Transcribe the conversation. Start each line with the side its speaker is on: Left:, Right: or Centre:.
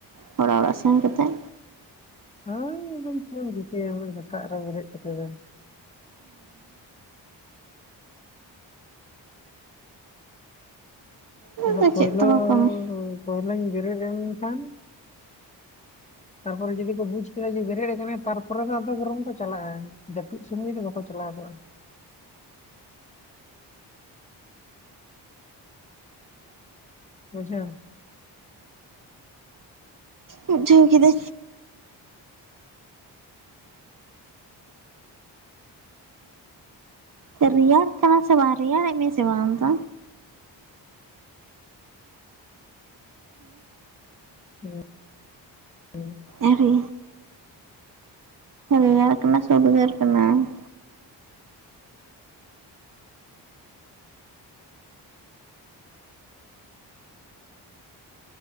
Right: ᱦᱚᱲᱟᱜ ᱚᱲᱟᱜ ᱥᱮᱱ ᱠᱟᱛᱮᱜ
Left: ᱦᱳᱭ ᱟᱫᱚ ᱪᱮᱫ ᱮᱢ ᱪᱤᱠᱟᱭᱟ ᱩᱱᱟᱜ ᱥᱮᱛᱟᱜ ᱨᱮ ᱵᱮᱨᱮᱫ ᱠᱟᱛᱮ ᱫᱚ ᱟᱫᱚ
Right: ᱫᱚ
Left: ᱯᱳᱭᱞᱳ
Right: ᱪᱮᱫ ᱛᱮᱠᱚ ᱠᱟᱹᱢᱤ
Left: ᱯᱳᱭᱞᱳᱧ ᱵᱮᱨᱮᱫ ᱮᱱ ᱠᱷᱟᱱ ᱛᱟᱨᱯᱚᱨᱮ ᱡᱩᱫᱤ ᱠᱚ ᱵᱩᱡ ᱠᱮᱫᱟ ᱡᱮ ᱵᱮᱨᱮᱫ ᱟᱠᱟᱱᱟ ᱛᱟᱨᱯᱚᱨᱮ ᱟᱫᱚ ᱵᱚᱨᱚᱝ ᱠᱚ ᱪᱟᱞᱟᱜᱼᱟ ᱡᱟᱹᱯᱤᱫ ᱥᱩᱢᱚᱭ ᱫᱚ ᱵᱟᱠᱚ ᱪᱟᱞᱟᱣ ᱠᱚᱜᱼᱟ᱾ ᱵᱩᱡᱷᱟᱹᱣ᱾
Right: ᱤᱡ ᱡᱷᱟᱹᱣ ᱠᱮᱫᱤᱧ᱾ ᱨᱮᱭᱟᱲ ᱠᱟᱱᱟ ᱥᱮ ᱵᱟᱝ ᱨᱮᱭᱟᱲ ᱮᱫ ᱢᱮᱭᱟ ᱥᱮ ᱵᱟᱝ ᱟᱢ ᱫᱚ?
Left: ᱦᱮᱸ ᱦᱮᱸ
Right: ᱟᱣᱨᱤ ᱨᱮᱭᱟᱨ ᱠᱟᱱᱟ ᱥᱮ ᱩᱫᱜᱟᱹᱨ ᱠᱟᱱᱟ?